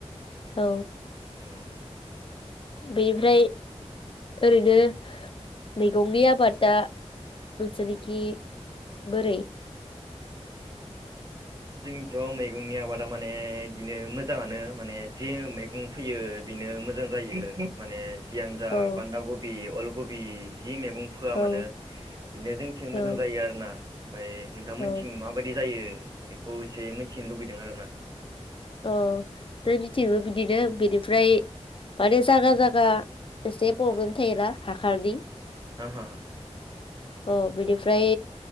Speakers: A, on the left; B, on the right.
A: औ
B: उम।
A: बेनिफ्राय ओरैनो मैगंनि आबादा नोंसोरनिखि बोरै?
B: जोंनिथ' मैगंनि आबादा माने इदिनो मोजाङानो माने जे मैगं फैयो बेनो मोजां जायो माने जियानो जा
A: औ
B: बान्दागबि अलक गबि जि मेगं फोआ
A: औ
B: मानो बेनो जोंनिथिं
A: औ
B: मोजां जायो आरोना। फ्राय नोंथां मोननिथि
A: औ
B: माबायदि जायो बेखौ एसे मिथिनो लुबैदों आरोना ।
A: औ जोंनिथिंबो बिदिनो बेनिफ्राय माने जागा जागा एसे पब्लेम
B: हा
A: थायोना हाखारनि।
B: हा हा
A: अ बिनिफ्राय